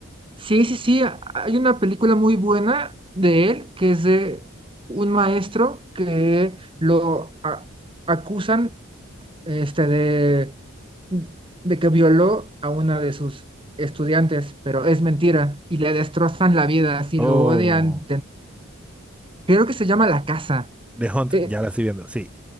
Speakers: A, on the right (about 25°); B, in the centre.
A: sí, sí, sí, hay una película muy buena de él que es de un maestro que lo a- acusan este, de, de que violó a una de sus estudiantes, pero es mentira y le destrozan la vida, así
B: Oh,
A: lo odian. Creo que se llama La Casa.
B: The Hunt,
A: Eh,
B: ya la estoy viendo, sí.